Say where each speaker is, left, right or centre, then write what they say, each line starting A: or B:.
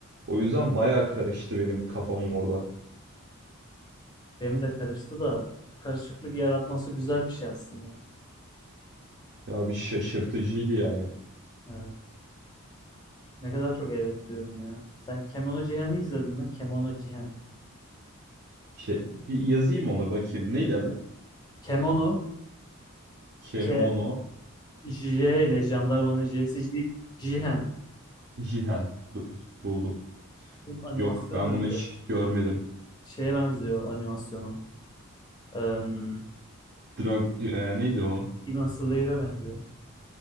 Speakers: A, on the right (about 50°); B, on the left (about 20°).
A: O yüzden baya karıştı benim kafam orada.
B: Benim de karıştı da bu karışıklık yaratması güzel bir şey aslında.
A: Ya bir şaşırtıcıydı yani.
B: Evet. Ne kadar çok evet diyorum ya. Sen Kemono Cihan'ı izledin mi? Kemono Cihan.
A: Ke- bir yazayım onu bakayım. Neydi adı?
B: Kemono
A: Kemono.
B: K J ile jandarmanın J'si J, Jihen.
A: Jihan Bu- buldum.
B: Bunun animasyonu
A: Yok ben
B: da güzel.
A: bunu hiç görmedim.
B: Şeye benziyor animasyonu. Um,
A: Drag e, neydi o?
B: Demon Slayer'e benziyor.